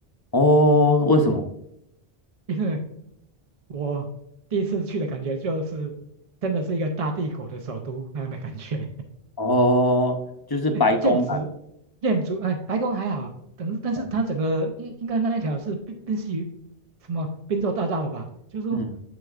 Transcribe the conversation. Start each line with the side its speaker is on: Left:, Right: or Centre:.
Left: 哦，为什么？
Right: 因为我第一次去的感觉就是真的是一个大帝国的首都那样的感觉，
Left: 哦，就是白宫啊，
Right: <laughs> 建筑，建筑，哎，白宫还好，等，但是它整个应应该那一条是宾宾夕于
Left: 嗯
Right: 什么宾州大道吧？就是说，
Left: 嗯，